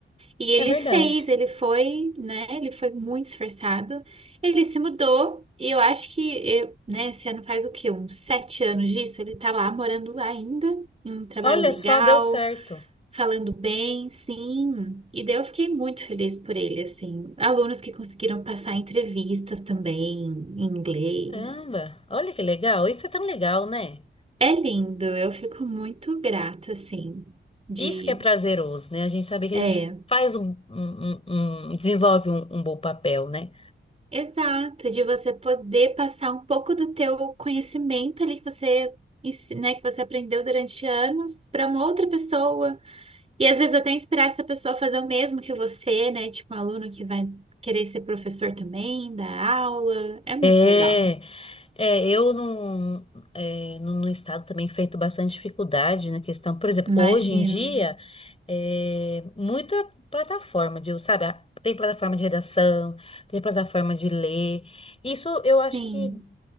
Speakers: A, on the right; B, on the left.
A: E ele
B: é verdade.
A: fez, ele foi, né? Ele foi muito esforçado. Ele se mudou e eu acho que, eu- né? Esse ano faz o quê? Uns sete anos disso. Ele tá lá morando ainda, em um trabalho
B: Olha
A: legal,
B: só, deu certo.
A: falando bem, sim. E daí eu fiquei muito feliz por ele, assim. Alunos que conseguiram passar entrevistas também em inglês.
B: Caramba, olha que legal. Isso é tão legal, né?
A: É lindo, eu fico muito grata, assim, de.
B: Isso que é prazeroso, né? A gente saber que
A: é
B: a gente faz um, um- um- um- desenvolve um, um bom papel, né?
A: Exato, de você poder passar um pouco do teu conhecimento ali que você, ens- né, que você aprendeu durante anos para uma outra pessoa. E às vezes até inspirar essa pessoa a fazer o mesmo que você, né? Tipo um aluno que vai querer ser professor também, dar aula. É muito
B: É,
A: legal.
B: é eu no, é, no, no estado também enfrento bastante dificuldade na questão. Por exemplo,
A: Imagino.
B: hoje em dia, é, muita plataforma de, sabe, a- tem plataforma de redação, tem plataforma de ler. Isso eu acho
A: Sim,
B: que